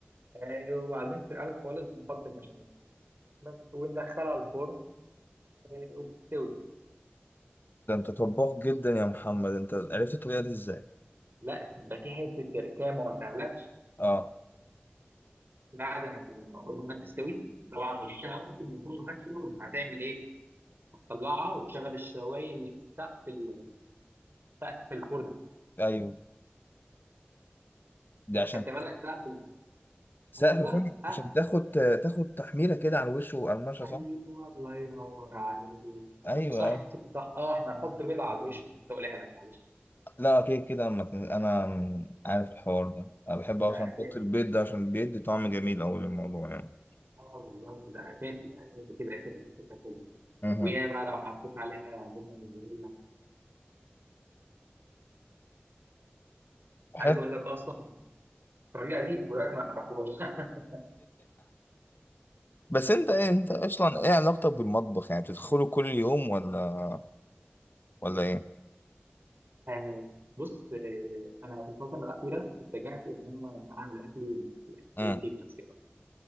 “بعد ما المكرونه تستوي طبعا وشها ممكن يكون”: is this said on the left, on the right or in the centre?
Right